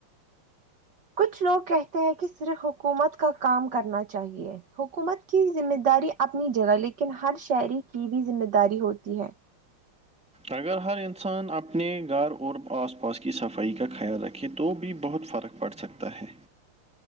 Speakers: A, on the right; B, in the centre.
A: کچھ لوگ کہتے ہیں کہ صرف حکومت کا کام کرنا چاہیے حکومت کی ذمہ داری اپنی جگہ لیکن ہر شہری کی بھی ذمہ داری ہوتی ہے
B: اگر ہر انسان اپنے گھر اور آس پاس کی صفائی کا خیال رکھے تو بھی بہت فرق پڑھ سکتا ہے